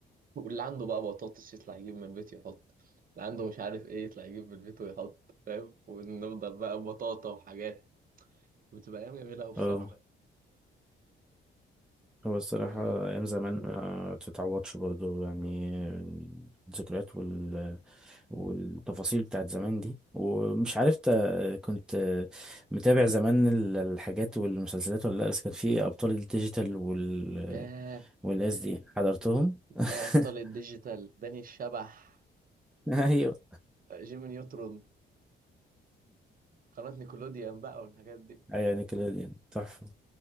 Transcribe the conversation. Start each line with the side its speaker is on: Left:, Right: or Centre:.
Right: واللي عنده بقى بطاطس يطلع يجيب من البيت يحط اللي عنده مش عارف ايه يطلع يجيب من البيت ويحط فاهم ونفضل بقى بطاطا وحاجات بتبقى أيام جميلة أوي بصراحة
Centre: اه هو الصراحة
Right: و
Centre: أيام زمان ما تتعوضش برضو يعني الذكريات وال... والتفاصيل بتاعت زمان دي ومش عارف تا- كنت متابع زمان ال- الحاجات والمسلسلات ولا لأ بس كان في أبطال الديجيتال وال...
Right: ياه
Centre: والناس دي حضرتهم <laughs>
Right: يا أبطال الديجيتال داني الشبح
Centre: أيوة
Right: جيمي نيوترون قناة نيكولوديان بقى والحاجات دي
Centre: أيوة نيكلوديان تحفة